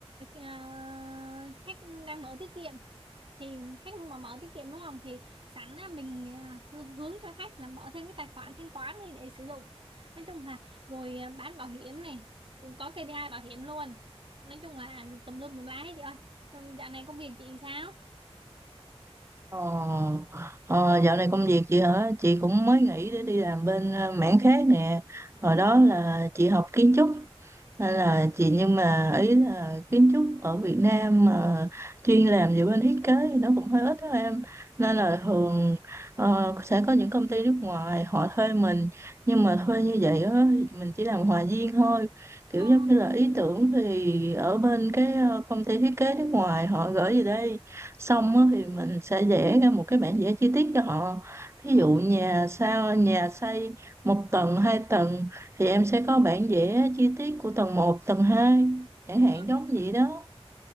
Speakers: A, on the right (about 55°); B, on the right (about 25°).
A: à, khách đang mở tiết kiệm thì khách mà mở tiết kiệm đúng không thì sẵn á, mình à, hư- hướng cho khách là mở thêm cái tài khoản thanh toán đi để sử dụng nói chung là rồi à, bán bảo hiểm này cũng có KPI bảo hiểm luôn nói chung là tùm lum tùm lá hết chị ơi Ừ, dạo này công việc chị sao
B: Ờ, ờ, dạo này công việc chị hả? Chị cũng mới nghỉ để đi làm bên ờ, mảng khác nè. Hồi
A: Ừ,
B: đó là chị học kiến trúc, nên là chị nhưng mà ý là kiến trúc ở Việt Nam mà chuyên làm về bên thiết kế thì nó cũng hơi ít đó em. Nên là thường ờ, sẽ có những công ty nước ngoài họ thuê mình, nhưng mà thuê như vậy á thì mình chỉ làm hòa viên thôi. Kiểu
A: ờ
B: giống như là ý tưởng thì ở bên cái ờ, công ty thiết kế nước ngoài họ gửi về đây xong á thì mình sẽ vẽ ra một cái bản vẽ chi tiết cho họ
A: ờ
B: ví dụ nhà sao nhà xây một tầng hai tầng thì em sẽ có bản vẽ chi tiết của tầng một tầng hai chẳng
A: ừ,
B: hạn giống vậy đó